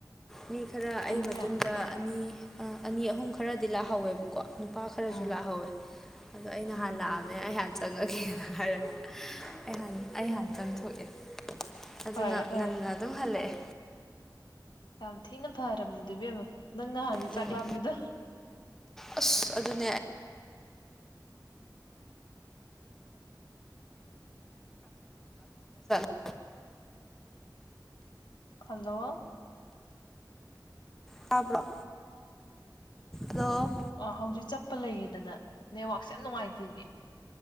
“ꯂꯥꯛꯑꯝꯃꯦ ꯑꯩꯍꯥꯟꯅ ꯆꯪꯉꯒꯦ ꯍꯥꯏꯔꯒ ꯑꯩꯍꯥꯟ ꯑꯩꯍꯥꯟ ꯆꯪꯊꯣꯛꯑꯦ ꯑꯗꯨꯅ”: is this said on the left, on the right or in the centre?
Centre